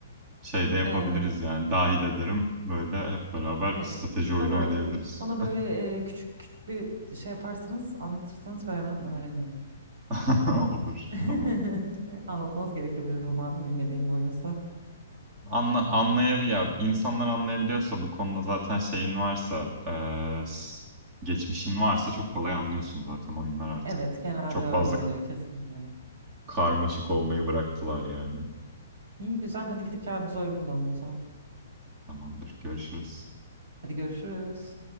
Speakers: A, on the right; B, on the right.
A: şey de yapabiliriz
B: hı.
A: yani dahil ederim. Böyle hep beraber
B: Evet.
A: strateji oyunu
B: Bana
A: oynayabiliriz.
B: bana böyle e, küçük küçük bir şey yaparsanız, anlatırsanız ben hemen öğrenirim.
A: <laughs> Olur.
B: <laughs>
A: Tamam.
B: Anlatmanız gerekebilir ama bilmediğim bir oyunsa.
A: Anla, anlayabil ya insanlar anlayabiliyorsa bu konuda zaten şeyin varsa e, s- geçmişin varsa çok kolay anlıyorsun zaten oyunlar artık.
B: Evet, genelde
A: Çok
B: öyle
A: fazla
B: oluyor
A: k-
B: kesinlikle.
A: karmaşık olmayı bıraktılar yani.
B: İyi güzel. Hadi gidip kendimize oyun bulalım o zaman.
A: Tamamdır. Görüşürüz.
B: Hadi görüşürüz.